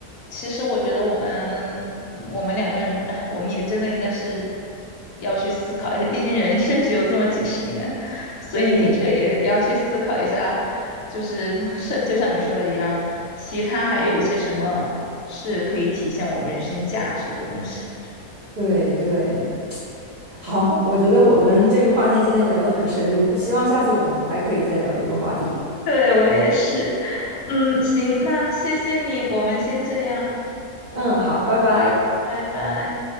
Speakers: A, on the left; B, on the right.
A: 其实我觉得我们嗯我们两个人，哎，我们也真的应该是要去思考一下，毕竟人生只有这么几十年，所以的确也也要去思考一下，
B: 对
A: 就是是就像你说的一样，其他还有一些什么是可以体现我们人生价值的东西。
B: 对对，好，我觉得我们这个话题今天聊得很深入，希望下次我们还可以再聊这个话题。
A: 对，我也是，嗯，行，那谢谢你，我们先这样，
B: 嗯，好，拜拜。
A: 拜拜。